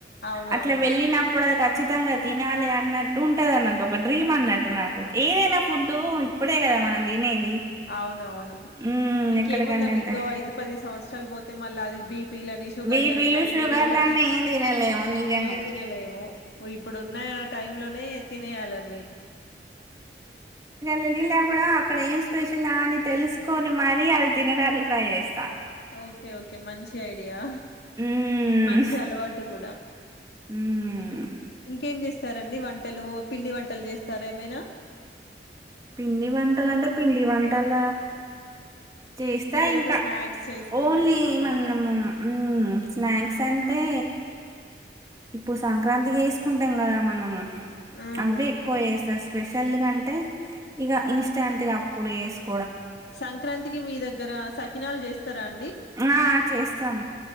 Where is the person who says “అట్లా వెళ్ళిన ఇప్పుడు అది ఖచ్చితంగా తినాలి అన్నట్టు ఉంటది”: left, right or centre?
Right